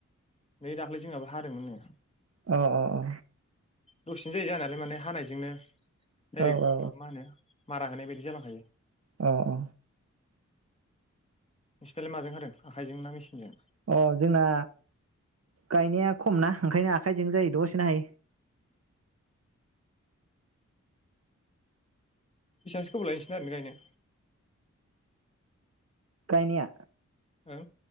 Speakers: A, on the left (about 20°); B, on the right (about 55°).
A: नै दाख्लै जोंहाबो हादोंमोननो।
B: अ अ अ।
A: दसेनो जायो जानायालाय माने हानायजोंनो। डाइरेक्ट
B: औ औ
A: माबा मा होनो मारा होनाय बायदि जालांखायो।
B: औ औ।
A: नोंसिनालाय माजों हादों आखाइजों ना मेसिनजों।
B: अ जोंना गायनाया खमना ओंखायनो आखायजों जायो दसेनो हायो।
A: बेसेबांसो गोबाव लायो नोंसिना ओरैनो गायनो।
B: गायनिया
A: औ